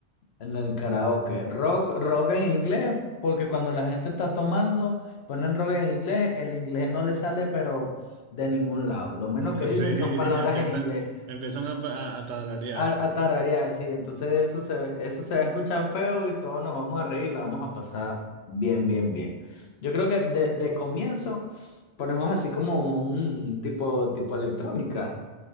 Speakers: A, on the left (about 70°); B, on the right (about 80°).
A: en el karaoke. Rock, rock en inglés, porque cuando la gente está tomando, ponen rock en inglés, el inglés no le sale, pero de ningún lado. Lo menos
B: <laughs>
A: que dicen
B: Sí,
A: son palabras
B: empiezan,
A: en inglés.
B: empiezan a, pa- a tararear.
A: A, a tararear, sí. Entonces eso se, eso se va a escuchar feo y todos nos vamos a reír y la vamos a pasar bien, bien, bien. Yo creo que de, de comienzo ponemos así como un tipo, tipo electrónica,